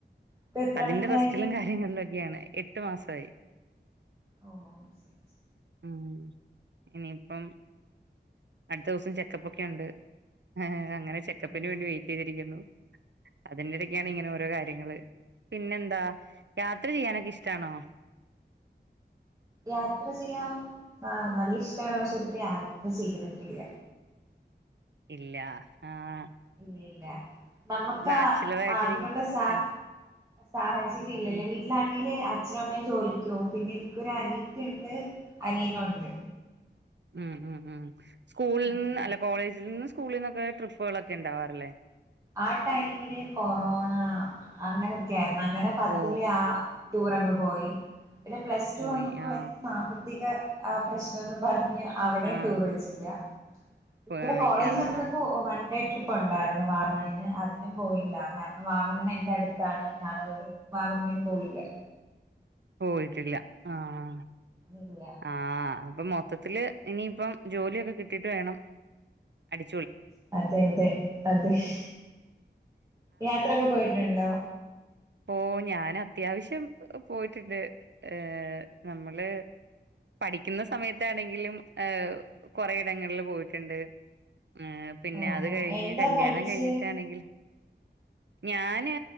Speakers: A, on the right; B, on the right.
A: ഇപ്പ എത്ര
B: അതിന്റെ
A: മന്തായി
B: വസ്റ്റിലും കാര്യങ്ങളിലും ഒക്കെയാണ് എട്ട് മാസം സ
A: ഓ ശരിരി
B: ഉ ഇനിപ്പം അടുത്ത ദിവസം ചെക്കപ്പൊക്കെ ഉണ്ട് അങ്ങെ ചെക്കപ്പന്
A: ഉം
B: വേണ്ട വെയിറ്റ് ചെയ്തിരിക്കുന്നു അതിന്റെ ഇടയ്ക്കാണ്
A: ഉം
B: ഇങ്ങനെ ഓരോ കാര്യങ്ങള് പിന്നെന്താ യാത്ര ചെയ്യാനൊക്കെ ഇഷ്ടാണോ
A: യാത്ര ചെയ്യൻ നല്ല ഇഷ്ടമാണ് പക്ഷെ ഒത്തിരി യാത്ര ചെയ്യുന്നിട്ടില്ല
B: ഇല്ല ആഹ്
A: ഇല്ലില്ല നമ്മുക്ക
B: ബാച്ചിലർ ആയിട്ടിരിക്ക
A: അതിനുള്ള സാ
B: ഏഹ്.
A: സാഹജ ശരില്ലേ
B: ഉം
A: വീട്ടിലാണേല് അ അച്ഛനും അമ്മയും ജോലിക്കവും പിന്നെ എനിക്കൊരു അനീത്തിണ്ട് അനിയ നുണ്ട്
B: ഉം ഉം ഉം സ്കൂളിൽ
A: ആഹ്
B: നിന്ന് അല്ല കോളേജിൽ നിന്ന് സ്കൂളിന്നൊക്കെ ട്രിപ്പുകളൊക്കെ ഉണ്ടാവാറില്ലേ
A: ആ ടൈമില് കൊറോണ അങ്ങനൊക്കെ ആയിരുന്നു അങ്ങനെ പത്തിലെ
B: ഓ
A: ആ ടൂറങ്ങ് പോയി പിന്നെ പ്ലസ് ടു
B: പോയി
A: വന്നപ്പോൾ
B: ആ
A: എന്റെ സാമ്പത്തിക ആ പ്രശ്നൊന്നും പറഞ്ഞ് അവടെയും
B: ആഹ്
A: ടൂറ് വെച്ചില്യ
B: പോയി
A: ഇവിടെ കോളേജ്
B: ആഹ്
A: വന്നപ്പോ വൺ ഡേ ട്രിപ്പൊണ്ടായിര്ന്ന് വാഗമൺ അതിനും പോയില്ല. കാരണം വാഗമണ്ണ് എന്റെ അടുത്താണ് ഞാനതോണ്ട് വാഗമണ്ണിന് പോയില്ല.
B: പോയിട്ടില്ല ആഹ്
A: ഇല്ല
B: ആഹ് അപ്പൊ മൊത്തത്തില് ഇനിയിപ്പം ജോലിയൊക്കെ കിട്ടീട്ട് വേണം അടി
A: മറ്റേത് മറ്റെഹ് യാത്രെക്കെ പോയിട്ട്ണ്ടോ
B: ഓഹ് ഞാൻ അത്യാവശ്യം പോയിട്ടിണ്ട് ഏഹ് നമ്മള് പഠിക്ക്ന്ന സമയത്താണെങ്കിലും ഏഹ് കൊറെ ഇടങ്ങൾല് പോയിട്ട്ണ്ട് ഏഹ് പിന്നെ
A: ഓ
B: അത് കെഴിഞ്ഞ്
A: എന്താ
B: കല്യാണം
A: പഠിച്ചേ
B: കെഴിഞ്ഞിട്ടാണെങ്കിൽ ഞാന്